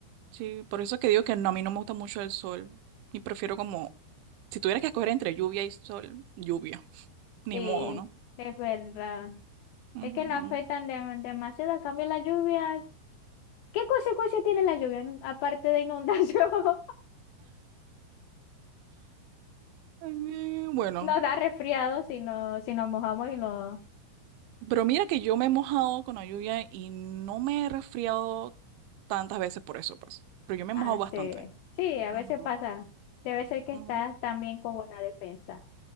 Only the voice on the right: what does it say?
Sí, por eso que digo que no, a mí no me gusta mucho el sol. Y prefiero como, si tuvieras que escoger entre lluvia y sol, lluvia. Ni
modo, ¿no?
Ujú.
Eh, bueno.
Pero mira que yo me he mojado con la lluvia y no me he resfriado tantas veces por eso, pues. Pero yo me
he mojado bastante.
Ujú,
ujú.